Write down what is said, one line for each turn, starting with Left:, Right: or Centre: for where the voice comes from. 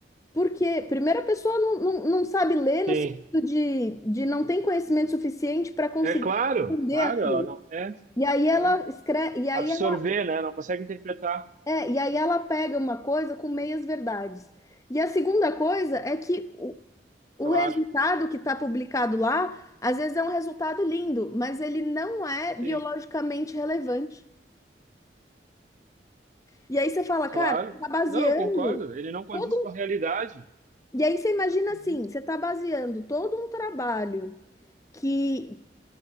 Left: Porque, primeiro, a pessoa não, não, não sabe ler no
Right: Sim,
Left: sentido de, de não tem conhecimento suficiente para conseguir
Right: é claro,
Left: entender
Right: claro,
Left: aquilo.
Right: ela não é.
Left: E aí ela
Right: é.
Left: escreve, e aí
Right: absorver,
Left: ela,
Right: né? Não consegue interpretar.
Left: é, e aí ela pega uma coisa com meias verdades. E a segunda coisa é que o, o
Right: Claro,
Left: resultado que está publicado lá, às vezes é um resultado lindo, mas ele não é
Right: sim,
Left: biologicamente relevante. E aí você fala,
Right: claro.
Left: cara, você está baseando
Right: Não, eu concordo. Ele não condiz
Left: todo um...
Right: com a realidade.
Left: E aí você imagina
Right: Uhum.
Left: assim, você está baseando todo um trabalho que